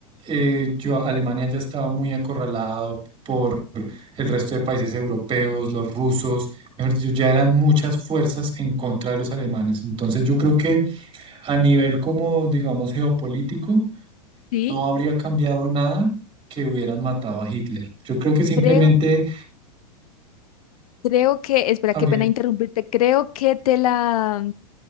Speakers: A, on the right; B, on the left.
A: eh, yo, Alemania ya estaba muy acorralado por el resto de países europeos, los rusos mejor dicho, ya eran muchas fuerzas en contra de los alemanes. Entonces yo creo que a nivel como, digamos, geopolítico,
B: Sí.
A: no habría cambiado nada que hubieran matado a Hitler. Yo creo que simplemente
B: Creo, creo que, espera,
A: habría...
B: qué pena interrumpirte, creo que te la